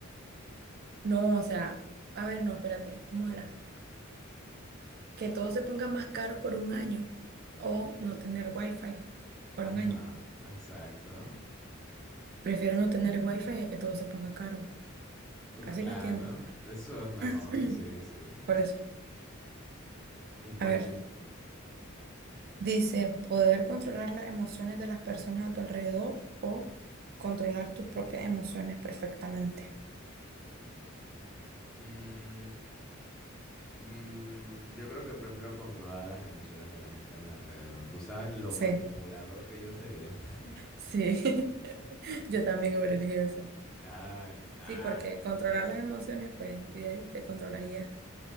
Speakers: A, on the right; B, in the centre.
A: No, o sea, a ver, no, espérate, ¿cómo era? Que todo se ponga más caro por un año o no tener wifi por
B: Ajá,
A: un año.
B: exacto.
A: Prefiero no tener wifi a que todo se ponga caro.
B: Uh,
A: Así
B: Claro,
A: lo entiendo.
B: eso es mejor,
A: <clears throat>
B: sí, sí.
A: Por eso.
B: ¿Y cuál
A: A ver,
B: tienes tú?
A: dice, poder controlar las emociones de las personas a tu alrededor o controlar tus propias emociones perfectamente.
B: Mm, mm, yo creo que prefiero controlar las emociones de la gente a mi alrededor. Tú sabes lo
A: Sí,
B: manipulador que yo sería. <laughs>
A: sí. <laughs> Yo también hubiera elegido eso
B: Ay, ah,
A: Sí, porque controlar las emociones, pues, y de ahí te controlarías,